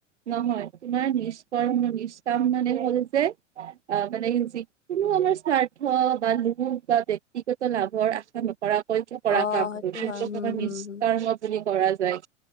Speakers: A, on the right (about 65°); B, on the left (about 75°).
A: নহয় তোমাৰ নিস্কৰ্ম নিস্ক কাম মানে হ'ল যে অ, মানে যিকোনো আমাৰ স্বাৰ্থ বা ল লোভ বা ব্যক্তিগত লাভৰ আশা নকৰাকৈ সৈতে কৰা
B: অ'
A: কাম
B: সেইটো হয়। হুম হুম
A: নিষ্কৰ্মা
B: হুম।
A: বুলি কৰা যায়